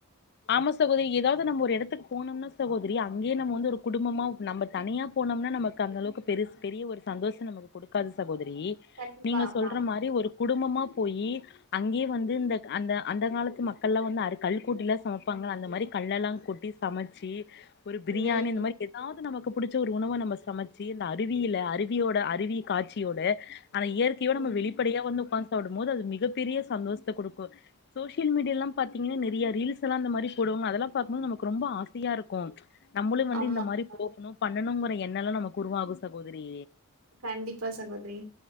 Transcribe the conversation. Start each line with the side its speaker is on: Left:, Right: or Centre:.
Left: ஆமா சகோதரி எதாவது நம்ம ஒரு எடத்துக்கு போனம்னா சகோதிரி அங்கியே நம்ம வந்து ஒருக் குடும்பமா நம்ம தனியாப் போனம்னா நமக்கு அந்தளவுக்கு பெருச் பெரிய ஒரு சந்தோஷம் நமக்கு குடுக்காது சகோதரி
Right: கண்டிப்பா
Left: நீங்க
Right: ஆமா
Left: சொல்ற
Right: ஆமா
Left: மாரி ஒருக் குடும்பமா போயி அங்கியே வந்து இந்தக் அந்த அந்த காலத்து மக்கள்லா வந்து அருக் கல்லு கூட்டிலாச் சமைப்பாங்கல அந்த மாரிக் கல்லெல்லாங் கூட்டி சமச்சி ஒரு பிரியாணி
Right: ம்
Left: அந்த மாரி எத் தாவுது நமக்குப் புடிச்ச ஒரு உணவ நம்ம சமச்சி இந்த அருவியில அருவியோட அருவியக் காச்சியோட ஆன இயற்கையோ நம்ம
Right: ம்
Left: வெளிப்படையா வந்து உக்காந்து சாப்டும்மோது அது மிகப்பெரிய சந்தோஷ்த்த குடுக்கு சோசியல் மீடியாலாம் பாத்தீங்கினா நெறியா ரீல்ஸ் செலா அந்த மாரிப் போடுவாங்க அதெலாப் பாக்கும்மோது நமக்கு ரொம்ப ஆசையாருக்கு நம்முளு வந்து
Right: ஆமா
Left: இந்த மாரிப்
Right: ஆமா
Left: போகுணு பண்ணணுங்கிற எண்ணலா நமக்கு உருவாகு சகோதிரி
Right: கண்டிப்பா சகோதிரி